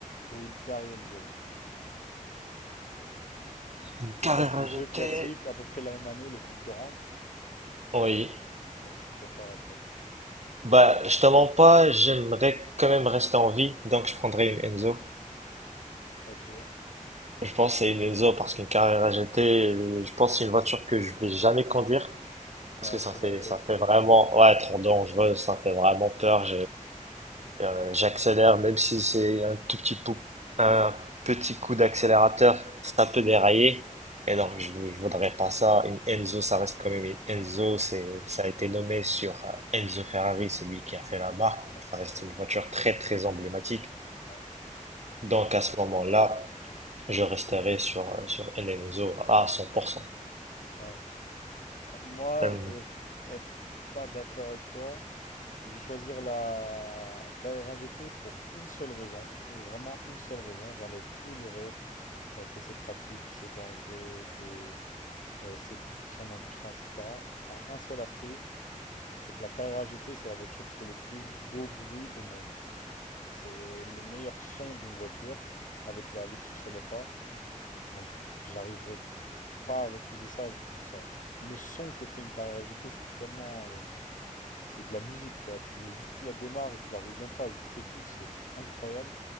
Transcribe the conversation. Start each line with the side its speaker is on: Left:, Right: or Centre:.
Left: ou une Ferrari Enzo.
Right: Une carrière
Left: Donc là, c'est les
Right: à
Left: deux
Right: jeter.
Left: classiques, à peu près la même année, les concurrentes.
Right: Oui.
Left: Donc tu préfères laquelle?
Right: Bah, je te mens pas, j'aimerais quand même rester en vie, donc je prendrais une Enzo.
Left: Ok.
Right: Je pense que c'est une Enzo parce qu'une Carrera GT, euh, je pense que c'est une voiture que je vais jamais conduire
Left: Ouais,
Right: parce que ça
Left: trop
Right: fait
Left: dangereux.
Right: ça fait vraiment ouais trop dangereux, ça fait vraiment peur. Euh, j'accélère, même si c'est un tout petit coup, un petit coup d'accélérateur, ça peut dérailler. Et donc, je, je voudrais pas ça. Une Enzo, ça reste quand même une Enzo. C'est, ça a été nommé sur euh, Enzo Ferrari, celui
Left: C'est vrai.
Right: qui a fait la marque.
Left: Ouais,
Right: Ça
Left: c'est
Right: reste
Left: vrai.
Right: une voiture très, très emblématique.
Left: Ouais,
Right: Donc, à ce moment-là, je resterai sur, euh, sur un Enzo à 100%.
Left: ouais. Euh, Moi,
Right: Hum,
Left: je vais être pas d'accord avec toi. Je vais choisir la carrera GT pour une seule raison, et vraiment une seule raison. J'enlève tout le reste, euh, que c'est pratique, que c'est dangereux, que euh, c'est plus puissant, moins puissant, etc. Je prends un seul aspect, c'est que la carrera GT, c'est la voiture qui fait le plus beau bruit au monde. C'est le meilleur son d'une voiture avec la Lexus LFA. Donc, j'arriverai pas à refuser ça juste pour ça. Le son que fait une carrera GT, c'est tellement euh, c'est de la musique, tu vois. Tu, juste, tu la démarres et tu la roules même pas, juste t'écoutes, c'est incroyable.